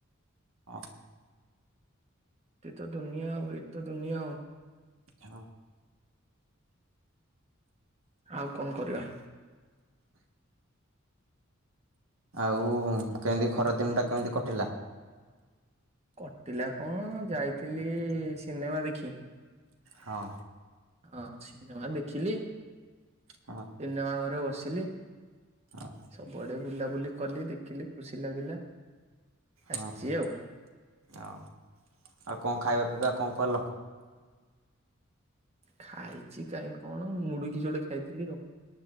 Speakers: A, on the right; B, on the right.
A: ହଁ।
B: କେଇ ତ ଦୁନିଆ ଆଉ ଏଇଠି ତ ଦୁନିଆ ଆଉ।
A: ହଁ।
B: ଆଉ କଣ କରିବା?
A: ଆଉ କେମିତି ଖରାଦିନଟା କେମିତି କଟିଲା?
B: କଟିଲା କଣ ଯାଇଥିଲି ସିନେମା ଦେଖି।
A: ହଁ।
B: ହଁ ସିନେମା ଦେଖିଲି।
A: ହଁ।
B: ସିନେମା ଘରେ ବସିଲି।
A: ହଁ।
B: ସବୁଆଡ଼େ ବୁଲାବୁଲି କଲି ଦେଖିଲି ଖୁସି ଲାଗିଲା
A: ହଁ
B: ଆସିଚି ଆଉ।
A: ଆଉ ଆଉ କଣ ଖାଇବା ପିଇବା କଣ କଲ?
B: ଖାଇଚି କାଇଁ କଣ ମୁଡୁକି ଯୋଡେ ଖାଇଥିଲି ଆଉ।